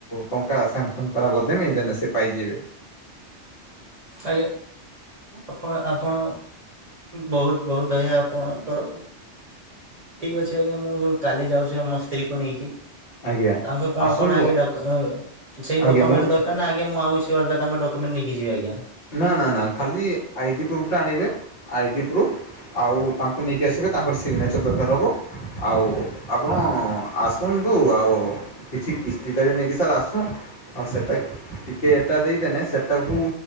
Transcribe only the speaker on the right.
ଆଜ୍ଞା ଆପଣ ଆପଣ ବହୁତ ବହୁତ ଦୟା ଆପଣଙ୍କର। ଠିକ ଅଛି ଆଜ୍ଞା ମୁଁ କାଲି ଯାଉଛି ମୋ ସ୍ତ୍ରୀକୁ ନେଇକି।
ତାଙ୍କର କଣ
କଣ ଆଜ୍ଞା ଡା ସେଇ
ଡକ୍ୟୁମଣ୍ଟ
ଦରକାର ନା ଆଜ୍ଞା ମୁଁ ଆଉକିଛି ଅଲଗା ତାଙ୍କ ଡକ୍ୟୁମେଣ୍ଟ ନେଇକି ଯିବ ଆଜ୍ଞା।